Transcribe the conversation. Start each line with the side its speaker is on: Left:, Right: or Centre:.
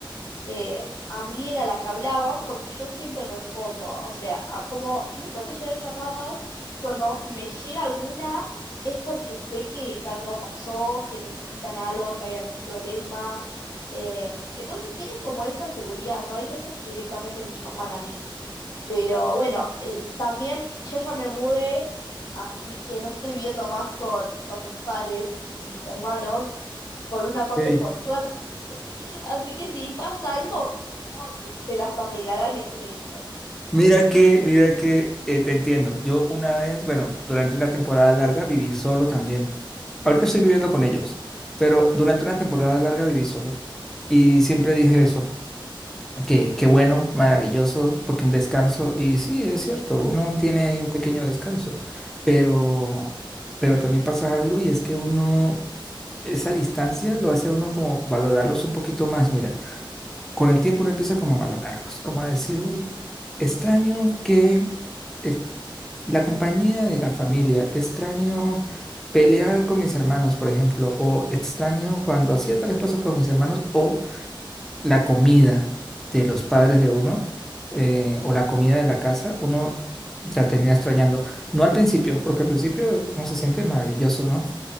Left: eh, a mí era la que hablaban porque yo siempre respondo. O sea, a- como nunca me llegan llamadas, cuando me llega alguna es porque sé que, que algo pasó, que necesitan algo, que hay algún problema. eh, entonces tienen como esa seguridad, ¿no? Hay veces que directamente me llaman a mí. Pero bueno, el- también yo ya me mudé, así que no estoy viendo más con, con mis padres y y mis hermanos por una parte
Centre: Ey,
Left: por suerte, Así que si pasa algo, como que se las arreglarán entre ellos.
Centre: Mira que, mira que eh, te entiendo. Yo una vez, bueno, durante una temporada larga viví solo también. Ahorita estoy viviendo con ellos, pero durante una temporada larga viví solo. Y siempre dije eso. Qué, qué bueno, maravilloso, porque un descanso, y sí, es cierto, uno tiene ahí un pequeño descanso, pero, pero también pasa algo y es que uno, esa distancia lo hace a uno como valorarlos un poquito más, mira, con el tiempo uno empieza como a valorarlos, como a decir, uy, extraño que es- la compañía de la familia, extraño pelear con mis hermanos, por ejemplo, o extraño cuando hacía tales cosas con mis hermanos, o la comida de los padres de uno eh, o la comida de la casa, uno la termina extrañando. No al principio, porque al principio es- uno se siente maravilloso, ¿no?